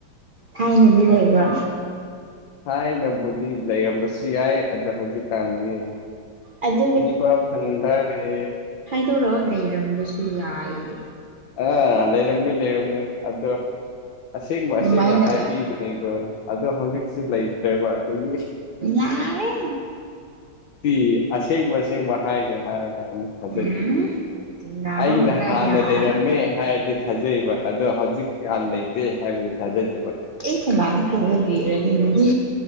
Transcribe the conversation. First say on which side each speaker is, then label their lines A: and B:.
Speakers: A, on the right (about 75°); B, on the left (about 80°).
A: ꯊꯥꯏꯅꯗꯤ ꯂꯩꯕ꯭ꯔꯣ
B: ꯊꯥꯢꯅꯕꯨꯗꯤ ꯂꯩꯔꯝꯕꯁꯨ ꯌꯥꯏ ꯑꯗ ꯍꯧꯖꯤꯛ ꯀꯟꯗꯤ
A: ꯑꯗꯨꯒꯤ
B: ꯊꯤꯕ ꯐꯪꯗꯔꯦ
A: ꯇꯣꯔꯣ ꯂꯩꯔꯝꯕꯁꯨ ꯌꯥꯏꯌꯦ
B: ꯑꯥ ꯂꯩꯔꯝꯃꯤ ꯂꯩꯔꯝꯃꯤ ꯑꯗꯣ ꯑꯁꯦꯡꯕ
A: ꯑꯗꯨꯃꯥꯏꯅ
B: ꯑꯁꯦꯡꯕ ꯍꯥꯏꯕꯤꯕꯅꯦꯀꯣ ꯑꯗꯣ ꯍꯧꯖꯤꯛꯁꯤ ꯂꯩꯇ꯭ꯔꯦꯕ ꯑꯗꯨꯒꯤ
A: ꯌꯥꯔꯦ
B: ꯑꯗꯨꯒꯤꯗꯤ ꯑꯁꯦꯡꯕ ꯑꯁꯦꯡꯕ ꯍꯥꯏꯒꯦ ꯍꯥꯏꯔꯒ ꯑꯃꯨꯛ ꯊꯥꯖꯕꯤꯌꯨ
A: ꯎꯝ ꯆꯤꯡꯅꯕ
B: ꯑꯩꯅ
A: ꯍꯧꯔ
B: ꯍꯥꯟꯅ
A: ꯌꯥꯔ
B: ꯂꯩꯔꯝꯃꯦ ꯍꯥꯏꯔꯗꯤ ꯊꯥꯖꯩꯌꯦꯕ ꯑꯗꯣ ꯍꯧꯖꯤꯛ ꯀꯌꯥꯝ ꯂꯩꯇꯦ ꯍꯥꯏꯕꯗꯤ ꯊꯥꯖꯗꯦ
A: ꯑꯦ ꯀꯅꯅꯥ ꯊꯖꯒꯅꯤ ꯑꯘꯨꯗꯤ